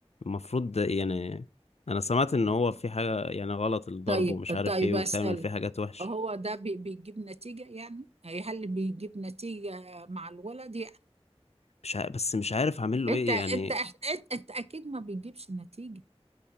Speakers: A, on the left (about 75°); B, on the right (about 70°).
A: المفروض ده يعني انا سمعت ان هو في حاجة يعني غلط الضرب
B: طيب
A: ومش عارف
B: طيب
A: ايه وبتعمل
B: اسال
A: فيه حاجات وحش
B: هو ده بي- بيجيب نتيجه يعني يعني هل بيجيب نتيجه مع الولد يعني
A: مش ع... بس مش عارف اعمل له
B: انت
A: ايه
B: انت
A: يعني
B: انت, انت اكيد ما بيجيبش نتيجه